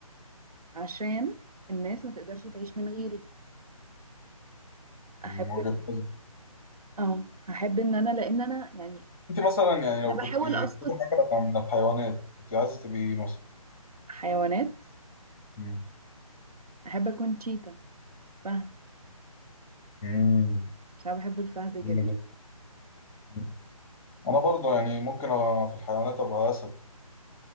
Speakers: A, on the right; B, on the left.
A: عشان الناس ما تقدرش تعيش من غيري احب
B: من وجهة نظري
A: اه هحب ان انا لان انا يعني
B: أنت مثلا يعني لو
A: انا
B: كنت
A: بحاول
B: لقيتي
A: اسقط
B: حاجة من الحيوانات كنت عايزة تبقي إيه مثلا
A: حيوانات
B: مم.
A: احب اكون تشيتا فهد
B: مم.
A: عشان أنا بحب الفهد
B: جميلة
A: جدا
B: جدا مم. أنا برضه يعني ممكن أبقى في الحيوانات أبقى أسد